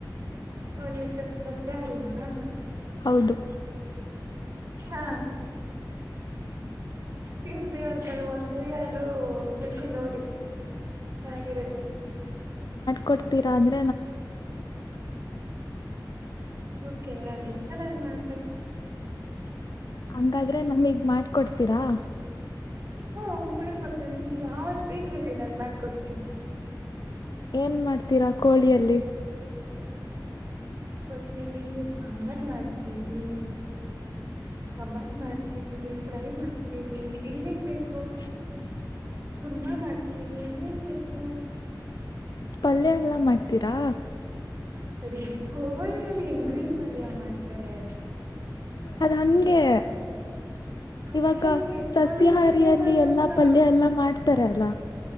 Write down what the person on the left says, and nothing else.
ಹೌದು
ಕೊಡ್ತೀರಾಂದ್ರೆ.
ಹಂಗಾದ್ರೆ ನಮ್ಗ್ ಮಾಡ್ಕೊಡ್ತೀರಾ
ಏನ್ ಮಾಡ್ತೀರಾ ಕೋಳಿಯಲ್ಲಿ
ಹ್ಮ <unintelligible>
ಪಲ್ಯ ಎಲ್ಲ ಮಾಡ್ತೀರಾ
ಅದು ಹಂಗೆ
ಇವಾಗ
ಸಸ್ಯಾಹಾರಿಯಲ್ಲಿ
ಎಲ್ಲಾ ಪಲ್ಯ ಎಲ್ಲಾ ಮಾಡ್ತಾರ ಅಲ್ಲ